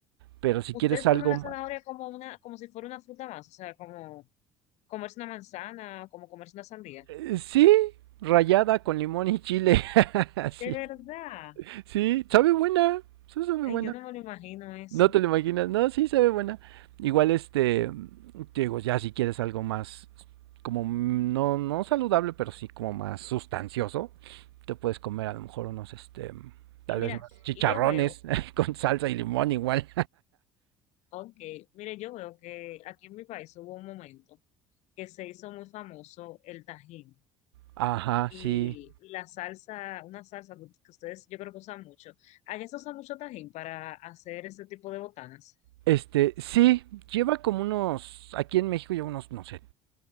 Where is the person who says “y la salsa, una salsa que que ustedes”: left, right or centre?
Left